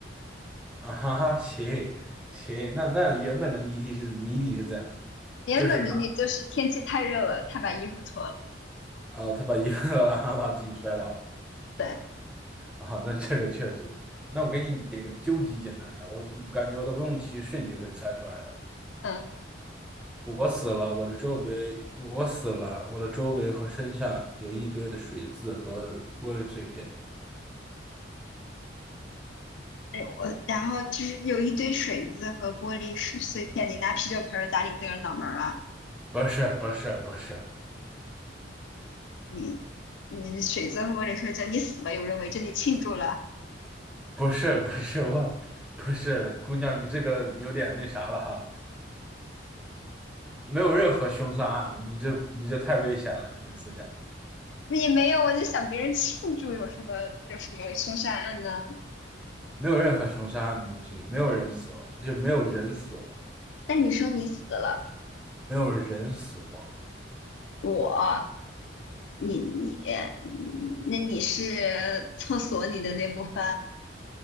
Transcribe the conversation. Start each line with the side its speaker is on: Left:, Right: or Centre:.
Centre: 啊哈哈，行行，那那原本的谜题是谜底是这样的，
Left: 原本谜底就是天气太热了，
Centre: 就是他，
Left: 他把衣服脱了。
Centre: 啊，呃他把一个然后把自己摔倒了
Left: 对，
Centre: 啊，那这个确实，那我给你给个究极简单的，我感觉我都不用提示你就可以猜出来的。
Left: 嗯，
Centre: 我死了，我的周围，我死了，我的周围和身下有一堆的水渍和玻璃碎片。
Left: 对，我，然后就是有一堆水渍和玻璃碎碎片，你拿啤酒瓶儿砸你自个儿脑门儿了，
Centre: 不是不是不是
Left: 你你水渍和玻璃碎就你死了有人围着你庆祝了，
Centre: <laughs> 不是不是我，不是姑娘，你这个有点那啥了哈，没有任何凶杀案，你这你这太危险了，你这个思想
Left: 我也没有，我就想别人庆祝有什么有什么凶杀案呢？
Centre: 没有任何凶杀案的东西，没有人死亡，就是没有人死亡，
Left: 但你说你死了，
Centre: 没有人死亡，
Left: 我你你，嗯那你是厕所里的那部分，